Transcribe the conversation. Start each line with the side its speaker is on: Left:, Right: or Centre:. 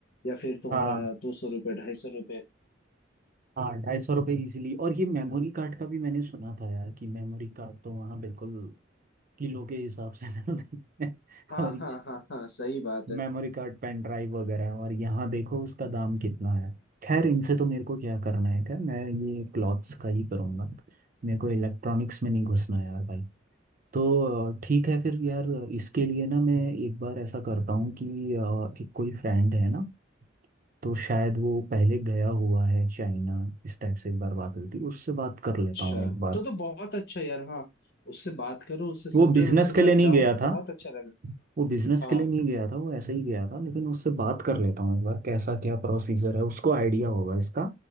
Left: या फिर तुम्हारा
Right: हाँ
Left: दो सौ रुपए ढाई सौ रुपए
Right: हाँ ढाई सौ रुपये ईजिली और ये मेमोरी कार्ड का भी मैंने सुना था यार कि मेमोरी कार्ड तो वहाँ बिल्कुल किलो के हिसाब से मिलते हैं
Left: हाँ
Right: <laughs> और
Left: हाँ हाँ हाँ सही बात है
Right: मेमोरी कार्ड पेन ड्राइव वगैरह और यहाँ देखो उसका दाम कितना है खैर इनसे तो मेरे को क्या करना है क्या मैं ये क्लॉथ्स का ही करूँगा मेरे को इलेक्ट्रॉनिक्स में नहीं घुसना यार भाई तो अ, ठीक है फिर यार इसके लिए ना मैं एक बार ऐसा करता हूँ कि अ, एक कोई फ्रेंड है ना तो शायद वो पहले गया हुआ है चाइना इस टाइप से एक बार बात हुई थी उससे बात कर लेता
Left: अच्छा
Right: हूँ एक बार
Left: तो तो बहुत अच्छा यार हाँ उससे बात करो उससे
Right: वो
Left: समझो
Right: बिजनेस
Left: और उसके साथ
Right: के लिए नहीं
Left: जाओ
Right: गया था
Left: बहुत अच्छा लगा
Right: वो बिजनेस के
Left: हाँ
Right: लिए नहीं गया था वो ऐसे ही गया था लेकिन उससे बात कर लेता हूँ एक बार कैसा क्या प्रोसीजर है उसको आइडिया होगा इसका